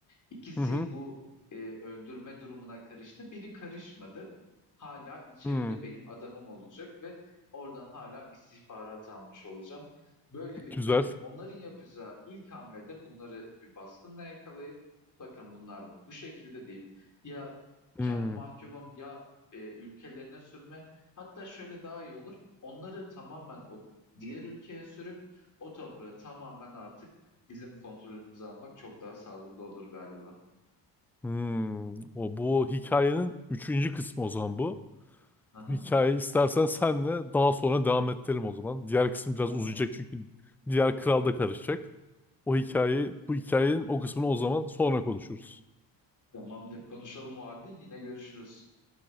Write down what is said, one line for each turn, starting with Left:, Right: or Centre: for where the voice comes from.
Left: İkisi
Centre: Hı hı.
Left: bu e, öldürme durumuna karıştı. Biri karışmadı. Hala içeride
Centre: hı.
Left: benim adamım olacak ve oradan hala istihbarat almış olacağım. Böylelikle
Centre: Güzel.
Left: onların yapacağı ilk hamlede bunları bir baskınla yakalayıp bakın bunlar bu şekilde deyip ya kendi
Centre: Hı.
Left: mahkumum ya e, ülkelerine sürme Hatta şöyle daha iyi olur. Onları tamamen o diğer ülkeye sürüp o toprağı tamamen artık bizim kontrolümüze almak çok daha sağlıklı olur galiba.
Centre: Hmm, o bu hikayenin üçüncü kısmı o zaman bu.
Left: Aha,
Centre: Bu hikayeyi istersen senle daha sonra devam ettirelim o zaman. Diğer kısım biraz
Left: tamam.
Centre: uzayacak çünkü diğer kral da karışacak. O hikayeyi, bu hikayenin o kısmını o zaman sonra konuşuruz.
Left: Tamamdır. Konuşalım o halde. Yine görüşürüz.